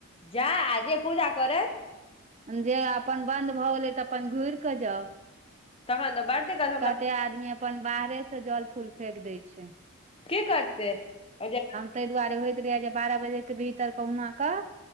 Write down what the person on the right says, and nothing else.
जे अपन बंन्द भऽ गेलै तऽ अपन घुइर कऽ जाउ
कते आदमी अपन बाहरे सँ जल फूल फेेक दैय छैय
तैय दुआरे होयत रहै यऽ जे बारह बजे कऽ भीतर कहुना कऽ